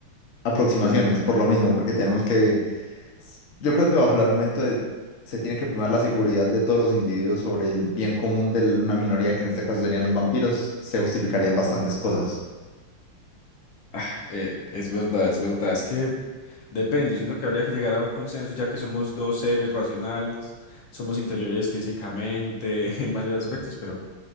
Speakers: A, on the left; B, on the left.
A: aproximaciones,
B: Ok.
A: por lo mismo, porque tenemos que Yo creo que bajo el argumento de se tiene que primar la seguridad de todos los individuos sobre el bien común de una minoría, que en este caso serían los vampiros, se justificarían bastantes cosas.
B: Ah, eh, es verdad, es verdad. Es que depende. Siento que habría que llegar a un consenso, ya que somos dos seres racionales, somos inferiores físicamente <laughs> en varios aspectos, pero